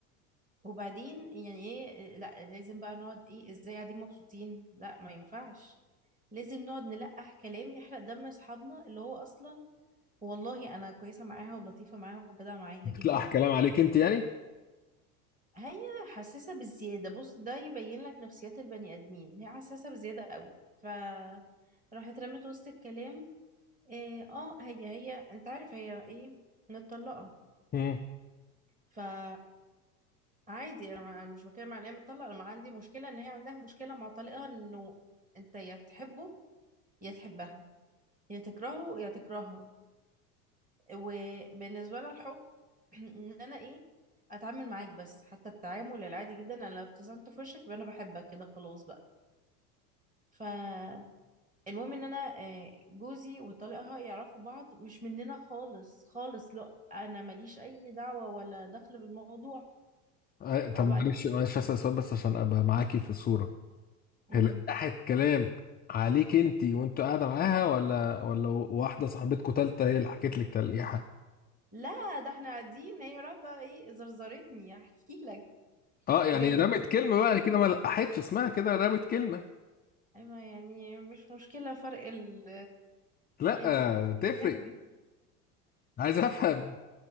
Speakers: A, on the right; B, on the left.
A: وبعدين يعني ايه لا لازم بقى نقعد ايه ازاي قاعدين مبسوطين لا ما ينفعش لازم نقعد نلقح كلام يحرق دم اصحابنا اللي هو اصلا والله انا كويسة معاها ولطيفة معاها وجدعة معاها
B: بتلقح
A: جدا
B: كلام عليك انت يعني
A: هي حساسة بالزيادة بص ده يبين لك نفسيات البني آدمين هي حساسة بزيادة قوي ف راحت رمت وسط الكلام إيه، اه هي هي انت عارف هي ايه متطلقة
B: مم.
A: فعادي انا ما- أنا مش بتكلم عن إن هي متطلقة انا ما عندي مشكلة ان هي عندها مشكلة مع طليقها انه انت يا تحبه يا تحبها يا تكرهه يا تكرهها وبالنسبة لها الحب <clears throat> ان انا ايه اتعامل معاك بس حتى التعامل العادي جدا انا لو ابتسمت في وشك يبقى انا بحبك كده خلاص بقى فالمهم ان انا آه، جوزي وطليقها يعرفوا بعض مش مننا خالص خالص لا انا ماليش اي دعوة ولا دخل بالموضوع
B: آه،
A: وبعد
B: طب معلش معلش هسأل سؤال بس عشان ابقى معاكي في الصورة
A: امم
B: هي لقحت كلام عليك انت وانت قاعدة معاها ولا ولا واحدة صاحبتكوا تالتة هي اللي حكت لك تلقيحة
A: لا ده احنا قاعدين هي راحت بقى ايه زرزرتني احكي لك
B: اه يعني
A: جايه
B: رمت كلمة بقى
A: ليه
B: كده ما لقحتش اسمها كده رمت كلمة
A: اما يعني مش مشكلة فرق ال
B: لا
A: التسميات
B: آه، تفرق
A: دي
B: عايز افهم